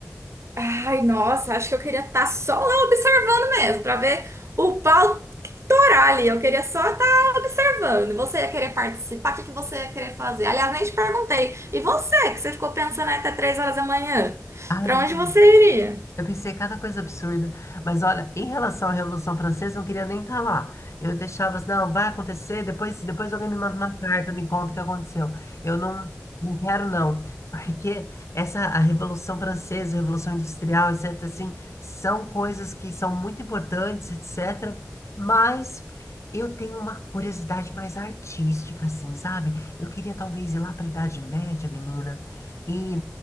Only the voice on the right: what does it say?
Ai, nossa, acho que eu queria estar só lá observando mesmo, pra ver o pau torar ali. Eu queria só estar observando. Você ia querer participar? O que que você ia querer fazer? Aliás, nem te perguntei. E você, que você ficou pensando aí até três horas da manhã?
Pra
onde você iria?